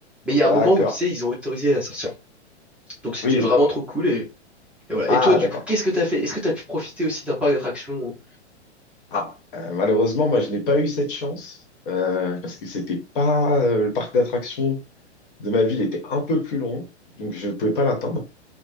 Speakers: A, in the centre; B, on the left.
A: Mais il y
B: d'accord.
A: a un moment où, tu sais, ils ont autorisé à sortir. Donc c'était
B: Oui.
A: vraiment trop cool. Et, et voilà.
B: Ah,
A: Et toi, du
B: d'accord.
A: coup, qu'est-ce que t'as fait? Est-ce que t'as pu profiter aussi d'un parc d'attractions?
B: Ah, euh, malheureusement, moi, je n'ai pas eu cette chance euh, parce que c'était pas euh, le parc d'attractions de ma ville était un peu plus loin, donc je ne pouvais pas l'atteindre.